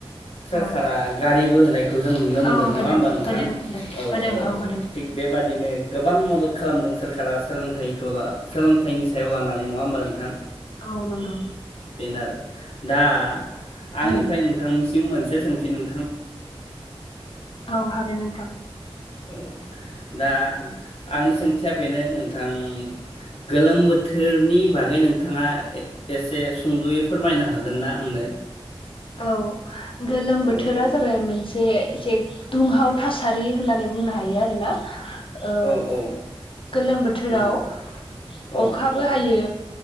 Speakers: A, on the left (about 70°); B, on the left (about 60°).
A: सोरखारा
B: औ
A: गारि बो होनाय खौ जों नुनो
B: औ
A: मोनदों नङा
B: होदों
A: होमबा नोंथां
B: होदों होदों
A: औ
B: होदों
A: औ
B: होदों
A: थिग बेबादिनो गोबां मदद खालामदों सोरखारा सोलोंथाइखौ ला सोलोंथाइनि सायाव लानानै नङा होमबा नोंथां?
B: औ नोंगौ।
A: बेनो आरो दा आंनिफ्राय
B: उम
A: नोंथांनिसि सिम मोनसे सोंथि नों
B: औ हागोन नोंथां।
A: औ दा आंनि सोंथि या बेनो नोंथां गोलोम बोथोरनि बागै नोंथाङा ए एसे सुंद'यै फोरमायनो हागोन ना आंनो?
B: औ। गोलोम बोथोरा
A: औ औ
B: जाबाय मोनसे एसे दुंहाव थासारि होननानै बुंनो हायो आरो ना। ओ
A: औ औ
B: गोलोम बोथोराव
A: नंगौ औ
B: अखाबो हायो।